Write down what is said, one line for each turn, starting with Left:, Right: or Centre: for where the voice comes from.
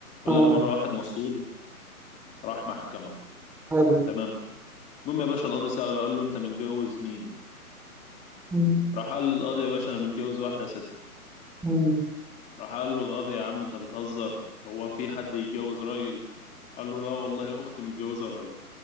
Left: اقول
Centre: آه،
Left: لك مره واحد مسؤول راح محكمه
Centre: حلو
Left: تمام المهم يا باشا القاضي ساله قال له انت متجوز مين
Centre: مم.
Left: راح قال للقاضي يا باشا انا متجوز واحده ست
Centre: مم.
Left: راح قال له القاضي يا عم انت بتهزر هو في حد يتجوز راجل قال له لا والله اختي متجوزه راجل